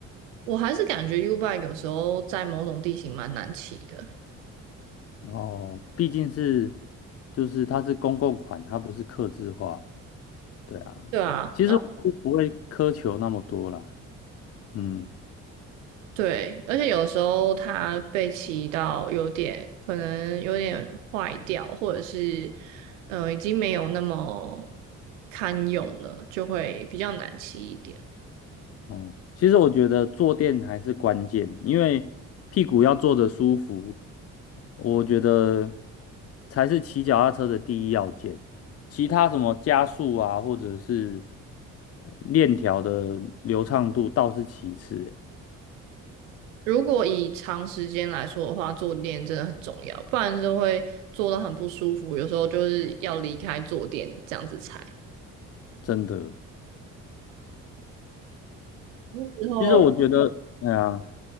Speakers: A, on the right (about 80°); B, on the left (about 40°).
A: 我还是感觉 U bike 有时候在某种地形蛮难骑的，
B: 哦，毕竟是就是它是公共款，它不是客制化，对啊。
A: 对啊，
B: 其实我是不会苛求那么多啦，
A: 然后
B: 嗯，
A: 对，而且有时候它被骑到有点可能有点坏掉，或者是呃已经没有那么堪用了，就会比较难骑一点。
B: 哦，其实我觉得坐垫还是关键，因为屁股要坐得舒服，我觉得才是骑脚踏车的第一要件。其他什么加速啊，或者是呃链条的流畅度倒是其次欸，
A: 如果以长时间来说的话，坐垫真的很重要，不然就会坐得很不舒服，有时候就是要离开坐垫这样子踩。
B: 真的。
A: 那之后
B: 其实我觉得，对啊。